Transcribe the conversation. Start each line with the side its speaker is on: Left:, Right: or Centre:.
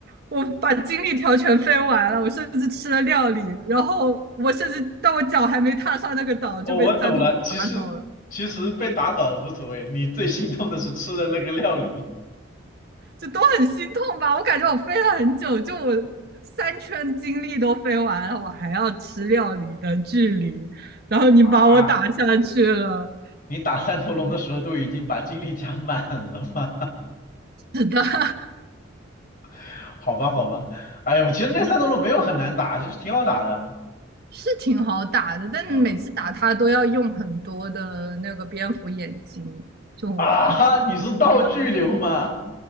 Right: 我把精力条全飞完了，我甚至吃了料理，然后我甚至到我脚还没踏上那个岛就被三头打走了，
Left: 哦，我懂了。其实其实被打倒无所谓，你最心痛的是吃了那个料理。
Right: 就都很心痛吧。我感觉我飞了很久，就我三圈精力都飞完了，我还要吃料理的距离，然后你把我打下去了。
Left: 啊，你打 <laughs> 三头龙的时候都已经把精力加满了吗？
Right: 是的，<laughs>
Left: <laughs> 好吧，好吧，哎呦，其实那三头龙没有很难打，就是挺好打的。
Right: 是挺好打的，但每次打他都要用很多的那个蝙蝠眼睛，
Left: 嗯
Right: 就很。
Left: 啊哈，你是道具流吗？